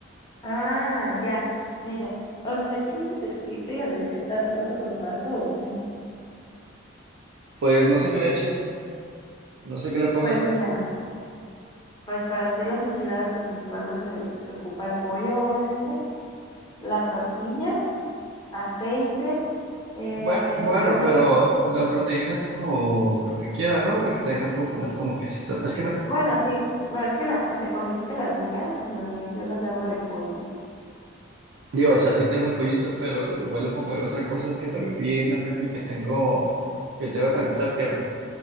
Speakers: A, on the left; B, on the right.
A: Ah, ya. Mira, o sea, ¿quieres que te explique la receta paso por paso o cómo?
B: Pues no sé qué le eches, no sé qué le pongas.
A: Pues mira, pues para hacer las enchiladas, pues principalmente se, se ocupa el pollo, obviamente, las tortillas, aceite, eh,
B: Bue- Bueno,
A: yo le,
B: pero la proteína es como lo que quiera, ¿no? Porque también le puedo poner como quesito. ¿no? Es que no,
A: bueno, sí, bueno, es que las, o sea, como dijiste las mías, pues las mías yo las hago de pollo.
B: digo, o sea, sí tengo el pollito, pero igual le puedo poner otra cosa, es que también vi en el refri que tengo, que tengo tantita pierna,